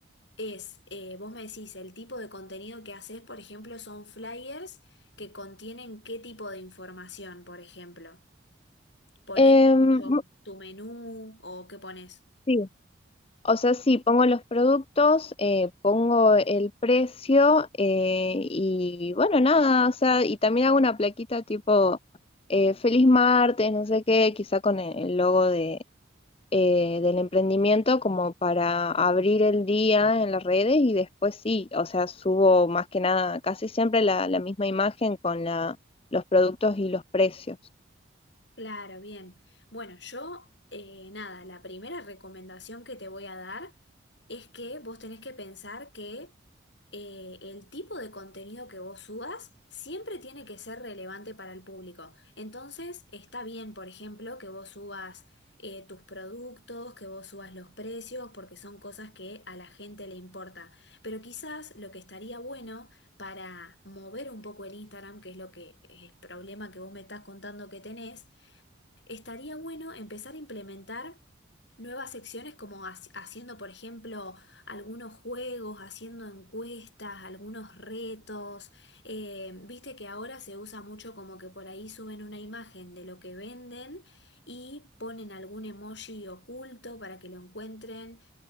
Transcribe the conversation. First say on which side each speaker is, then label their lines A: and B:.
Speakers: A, on the left (about 60°); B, on the left (about 30°).
A: es, eh, vos me decís, el tipo de contenido que haces, por ejemplo, son flyers que contienen qué tipo de información, por ejemplo. ¿Ponés,
B: Em,
A: qué sé yo, tu menú o qué ponés?
B: sí. O sea, sí, pongo los productos, eh, pongo el precio eh, y bueno, nada, o sea, y también hago una plaquita tipo eh, Feliz martes, no sé qué, quizá con el el logo de, eh, del emprendimiento como para abrir el día en las redes y después sí, o sea, subo más que nada, casi siempre la, la misma imagen con la, los productos y los precios.
A: Claro, bien. Bueno, yo, eh, nada, la primera recomendación que te voy a dar es que vos tenés que pensar que eh, el tipo de contenido que vos subas siempre tiene que ser relevante para el público. Entonces, está bien, por ejemplo, que vos subas eh, tus productos, que vos subas los precios, porque son cosas que a la gente le importa. Pero quizás lo que estaría bueno para mover un poco el Instagram, que es lo que es el problema que vos me estás contando que tenés, Estaría bueno empezar a implementar nuevas secciones como ha- haciendo, por ejemplo, algunos juegos, haciendo encuestas, algunos retos. Eh, viste que ahora se usa mucho como que por ahí suben una imagen de lo que venden y ponen algún emoji oculto para que lo encuentren